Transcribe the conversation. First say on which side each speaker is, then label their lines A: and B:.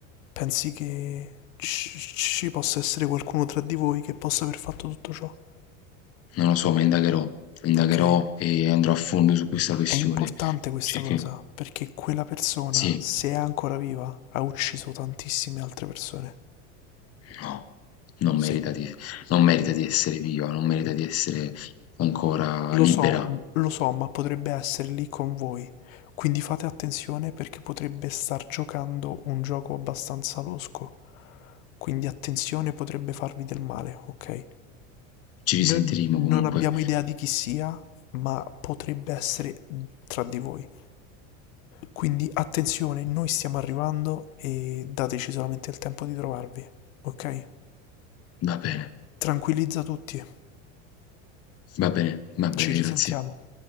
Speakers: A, on the left; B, on the left.
A: Pensi che ci ci possa essere qualcuno tra di voi che possa aver fatto tutto ciò?
B: non lo so, ma indagherò, indagherò
A: Ok.
B: e andrò a fondo su questa questione.
A: È importante questa
B: Cerche
A: cosa, perché quella persona,
B: Sì.
A: se è ancora viva, ha ucciso tantissime altre persone.
B: No, non
A: Sì.
B: merita di non merita di essere viva, non merita di essere ancora
A: Lo
B: libera.
A: so, m- lo so, ma potrebbe essere lì con voi. Quindi fate attenzione perché potrebbe star giocando un gioco abbastanza losco. Quindi attenzione, potrebbe farvi del male, ok?
B: Ci risentiremo
A: Non, non
B: comunque.
A: abbiamo idea di chi sia, ma potrebbe essere tra di voi. Quindi attenzione, noi stiamo arrivando e dateci solamente il tempo di trovarvi, ok?
B: Va bene,
A: Tranquillizza tutti,
B: va bene, va
A: ci
B: bene,
A: risentiamo.
B: grazie.